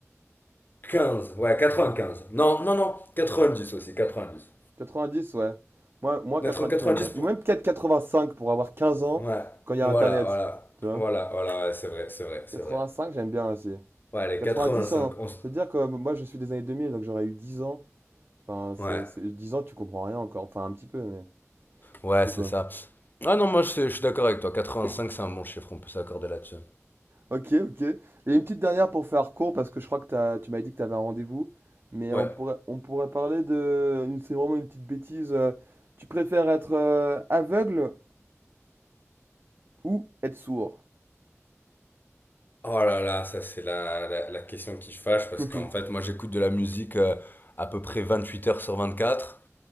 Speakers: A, on the left; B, on the right.
A: 95 ouais 95 non non non 90 aussi 90
B: 90 ouais. Moi, moi
A: naître
B: 90
A: en 90
B: j'aime bien.
A: pour
B: Ou même peut-être cinq pour avoir quinze ans
A: ouais
B: quand il y
A: voilà
B: a Internet.
A: voilà
B: tu vois
A: voilà, voilà, ouais, c'est vrai, c'est vrai, c'est
B: 85,
A: vrai.
B: j'aime bien aussi.
A: Ouais, les
B: 90,
A: 85.
B: on-
A: on s-
B: c'est à dire que moi je suis des années 2000, donc j'aurais eu 10 ans. Enfin, c'est,
A: Ouais.
B: c'est- 10 ans, tu comprends rien encore. Enfin, un petit peu, mais
A: Ouais,
B: je sais
A: c'est
B: pas.
A: ça. Ah non, moi je, suis- je suis d'accord avec toi. quatre-vingt-cinq c'est un bon chiffre, on peut s'accorder là-dessus.
B: Ok, ok. Et une petite dernière pour faire court, parce que je crois que t'as- tu m'as dit que tu avais un rendez-vous. Mais
A: Ouais.
B: on pourrait, on pourrait parler de. C'est vraiment une petite bêtise. euh, tu préfères être euh, aveugle ou être sourd?
A: Oh là là, ça c'est la, la, la question qui fâche parce
B: <laughs>
A: qu'en fait, moi j'écoute de la musique euh, à peu près vingt-huit heures sur vingt-quatre